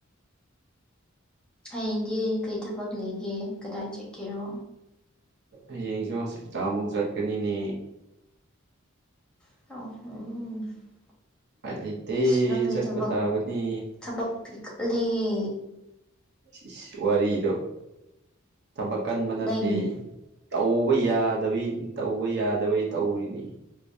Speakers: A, in the centre; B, on the right.
A: ꯍꯌꯦꯡꯗꯤ ꯀꯩ ꯊꯕꯛ ꯂꯩꯒꯦ ꯀꯗꯥꯏ ꯆꯠꯀꯦꯔꯣ
B: ꯍꯌꯦꯡꯁꯨ ꯍꯣꯁꯄꯤꯇꯥꯜ ꯑꯃꯨꯛ ꯆꯠꯀꯅꯤꯅꯦ
A: <unintelligible>
B: ꯎꯄꯥꯏ ꯂꯩꯇꯦ
A: ꯑꯁ ꯅꯪꯁꯩ
B: ꯆꯠꯄ
A: ꯊꯕꯛ
B: ꯇꯥꯕꯅꯤ
A: ꯊꯕꯛꯇꯤ ꯀꯜꯂꯤꯍꯦ
B: ꯏꯁ ꯏꯁ ꯋꯥꯔꯤꯗꯣ ꯊꯕꯛ ꯀꯟꯕ ꯅꯠꯇꯦ
A: ꯅꯪ
B: ꯇꯧꯕ ꯌꯥꯗꯕꯩ ꯇꯧꯕ ꯌꯥꯗꯕꯩ ꯇꯧꯔꯤꯅꯤ